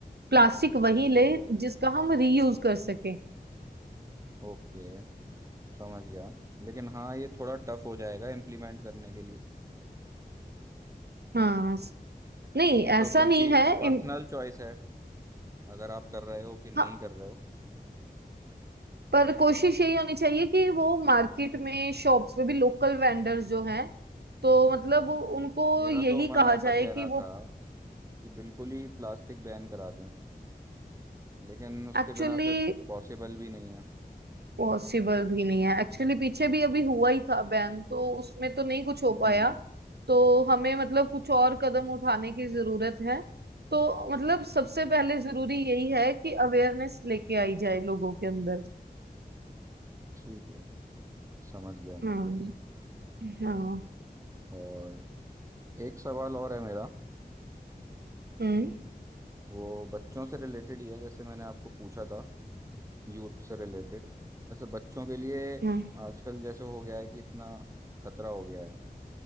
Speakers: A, on the right; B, on the right.
A: प्लास्टिक वही
B: अच्छा
A: ले जिसका हम रीयूज कर सकें
B: ओके समझ गया लेकिन हाँ ये थोड़ा टफ हो जाएगा इम्प्लीमेंट करने के लिए
A: हाँ स- नहीं
B: ये तो
A: ऐसा
B: क्योंकि
A: नहीं है
B: पर्सनल
A: इम,
B: चॉइस है अगर आप कर रहे हो कि नहीं
A: हाँ,
B: कर रहे हो
A: पर कोशिश यही होनी चाहिए कि वो मार्केट में शॉप्स में भी लोकल वेंडर्स जो हैं तो मतलब उनको
B: मेरा
A: यही
B: तो मन
A: कहा
B: ऐसा
A: जाए
B: कह
A: कि
B: रहा
A: वो
B: था कि बिल्कुल ही प्लास्टिक बैन करा दूं लेकिन उसके
A: एक्चुअली
B: बिना फिर पॉसिबल भी नहीं है
A: पॉसिबल भी नहीं है एक्चुअली पीछे भी अभी हुआ ही था बैन तो उसमें तो नहीं कुछ हो
B: हम्म
A: पाया तो हमें मतलब कुछ और कदम उठाने की जरूरत है तो मतलब सबसे पहले जरूरी यही है कि अवेयरनेस लेके आई जाए लोगों के अंदर
B: ठीक है समझ गया
A: हम्म
B: मैं
A: हाँ
B: और एक सवाल और है मेरा
A: हम्म
B: वो बच्चों से रिलेटेड ही है जैसे मैंने आपको पूछा था यूथ से रिलेटेड जैसे बच्चों के लिए
A: हाँ
B: आजकल जैसे हो गया है कि इतना खतरा हो गया है